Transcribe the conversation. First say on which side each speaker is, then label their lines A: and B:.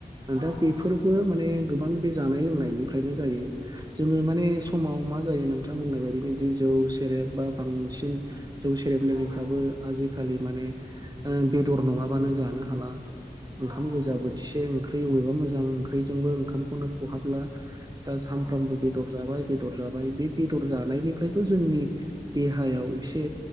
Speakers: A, on the right; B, on the right.
A: औ
B: दा
A: नंगौ
B: बेफोरबो माने गोबां बे जानाय लोंनायनिफ्रायनो जायो जोङो माने समाव मा जायो नोंथां बुंनाय बायदिनो जौ सेरेब बा बांसिन जौ सेरेब लोगोङैफ्राबो
A: औ
B: आजिखालि माने ओ बेदर नङाबानो जानो हाला ओंखाम
A: औ
B: गोजा बोथिसे ओंख्रि अबेबा मोजां ओंख्रिजोंबो ओंखामखौनो खहाब्ला दा सानफ्रामबो
A: औ
B: बेदर बेर जाबाय बेदर जाबाय बे बेदर जानायनिफ्रायबो जोंनि देहायाव एसे